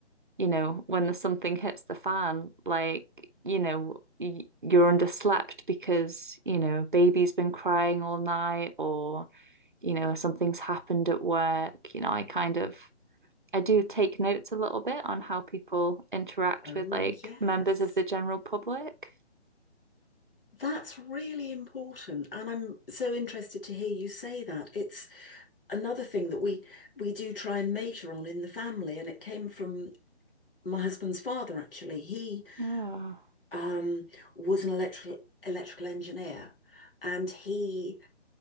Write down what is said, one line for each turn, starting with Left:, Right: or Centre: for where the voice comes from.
Right: you know, when the something hits the fan, like, you know, y- you're underslept because, you know, baby's been crying all night or, you know, something's happened at work. You know, I kind of I do take notes a little bit on how people interact
Left: Oh,
Right: with like
Left: yes.
Right: members of the general public.
Left: That's really important. And I'm so interested to hear you say that. It's another thing that we we do try and major on in the family, and it came from my husband's father, actually. He
Right: Oh.
Left: um was an electrical electrical engineer, and he